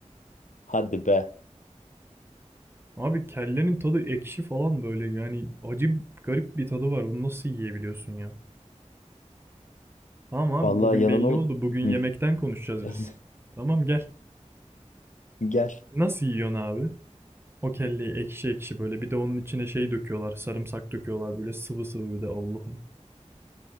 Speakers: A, on the left (about 85°); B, on the right (about 20°).
A: hadi be.
B: Abi kellenin tadı ekşi falan böyle yani acı garip bir tadı var. Onu nasıl yiyebiliyorsun ya? Tamam abi
A: Vallahi
B: bugün
A: yalan
B: belli
A: ol.
B: oldu. Bugün
A: Hı.
B: yemekten konuşacağız
A: <laughs>
B: biz. Tamam gel.
A: Gel.
B: Nasıl yiyorsun abi? O kelleyi ekşi ekşi böyle bir de onun içine şey döküyorlar. Sarımsak döküyorlar böyle sıvı sıvı bir de Allah'ım.